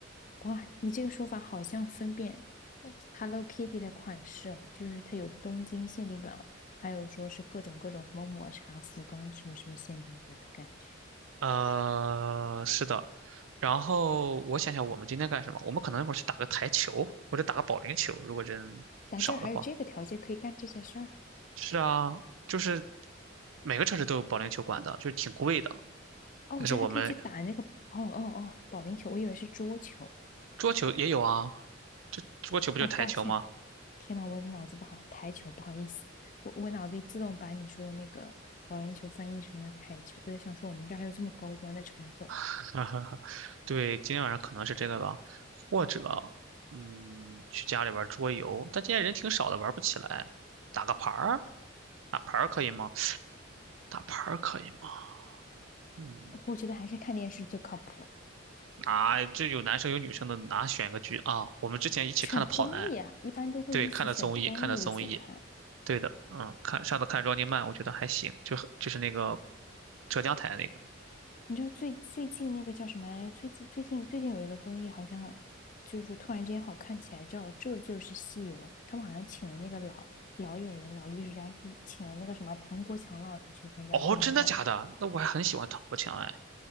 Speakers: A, on the left; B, on the right.
A: 哇，你这个说法好像分辨 Hello Kitty 的款式啊，就是它有东京限定版，还有说是各种各种什么抹茶福冈什么什么限定版的感觉。
B: 呃，是的。然后我想想，我们今天干什么？我们可能一会儿去打个台球，或者打个保龄球，如果人少的话。
A: 咱这儿还有这个条件可以干这些事儿
B: 是啊，就是每个城市都有保龄球馆的，就是挺贵的。
A: 哦，
B: 但是我们
A: 我觉得还可以去打那个哦哦哦保龄球，我以为是桌球。
B: 桌球也有啊，这桌球不就是台球吗？
A: 哦，抱歉，天呐，我脑子不好，台球，不好意思，我我脑子里自动把你说的那个保龄球翻译成了台球，我在想说我们这儿还有这么高端的场所，
B: <laughs> 哈哈哈，对，今天晚上可能是这个吧，或者，嗯，去家里玩桌游，但今天人挺少的，玩不起来。打个牌儿，打牌儿可以吗？打牌儿可以吗？嗯，
A: 我觉得还是看电视最靠谱了。
B: 啊，这有男生有女生的，哪选个剧啊？我们之前一起看的《跑男》，
A: 选综艺啊，一般都会一起选综艺一起看。
B: 对，看的综艺，看的综艺，对的，嗯，看上次看 Running Man，我觉得还行，就就是那个浙江台那个。
A: 你知道最最近那个叫什么？最近最近最近有一个综艺，好像就是突然之间好看起来，叫《这就是西游》。他们好像请了那个老老演员、老艺术家，嗯请了那个什么唐国强老师去参加，
B: 哦，
A: 我觉得蛮好
B: 真的假的？那我还很喜欢唐国强哎。